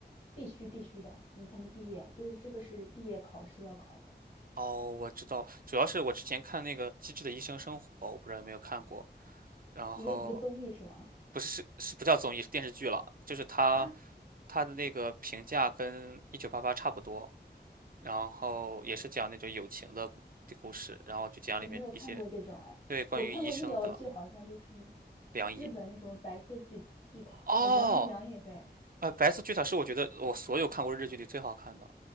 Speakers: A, on the left; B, on the right.
A: 必须必须的，你才能毕业，就是这个是毕业考试要考的
B: 哦，我知道，主要是我之前看那个《机智的医生生活》，我不知道有没有看过。然后
A: 一个一个综艺是吗？
B: 不是是是不叫综艺，是电视剧了，就是他
A: 啊，
B: 他的那个评价跟《一九八八》差不多，然后也是讲那种友情的故的故事，然后就讲里面一些
A: 我没有看过这种哎，
B: 对，关于医生的
A: 我看过医疗剧，好像就是
B: 良医。
A: 日本那什么白色巨巨塔，
B: 哦，
A: 啊，良医良也妃
B: 呃，白色巨塔是我觉得我所有看过日剧里最好看的。